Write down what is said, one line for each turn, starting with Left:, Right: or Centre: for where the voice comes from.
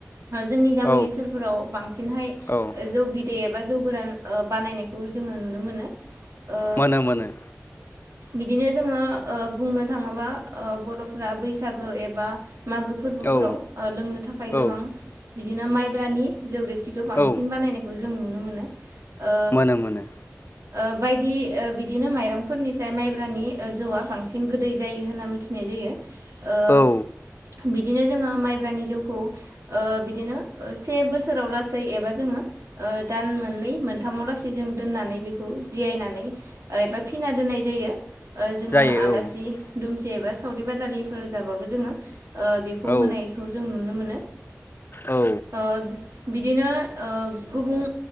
Right: जोंनि गामि
Left: औ
Right: ओनसोलफोराव बांसिनहाय
Left: औ
Right: जौ बि दे एबा जौ गोरान ओ बानायनायखौ जोङो नुनो मोनो। ओ
Left: मोनो मानो ‌।
Right: बिदिनो जोङो ओ बुंनो थाङोबा ओ बर'फोरा बैसागो एबा मागो फोरबोफोराव
Left: औ
Right: ओ लोंनो थाखाय गोबां
Left: औ
Right: बिदिनो माइब्रानि जौरिसिखौ बांसिन
Left: औ
Right: बानायनाय खौ जों नुनो मोनो ओ
Left: मोनो मोनो
Right: ओ बायदि ओ बिदिनो माइरंफोरनि जाय माइब्रानि ओ जौआ बांसिन गोदै जायो होनना मिथिनाय जायो ओ
Left: औ
Right: बिदिनो जोङो माइब्रानि जौखौ ओ बिदिनो से बोसोराव लासै एबा जोङो ओ दान मोननै मोनथामाव लासै जों दोननानै बेखौ जिरायनानै ओ‌ एबा फिना दोननाय जायो ओ जोंङो
Left: जायो
Right: आलासि
Left: औ
Right: दुमसि एबा सावरि बादालिफोर जाबाबो जोङो ओ बेखौ
Left: औ
Right: होनायखौ जों नुनो मोनो।
Left: औ।
Right: ओ बिदिनो ओ गुबुं